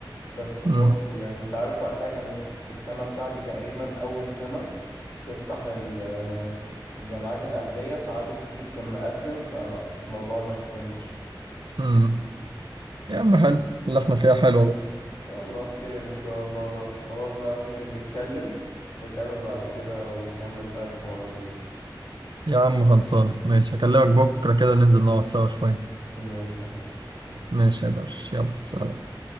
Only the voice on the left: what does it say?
بس برضه
يعني انت عارف وقتها كانت السنه بتاعتي تقريبا اول سنه تفتح ال- آه، الجامعات الاهليه فعدد كبير كان مقدم فالموضوع ما كملش
يلا خير ان شاء الله بقى خلاص بقى ممكن نتكلم نتقابل بعد كده ونكمل بقى الحوارات دي بقى
ماشي يا معلم
يلا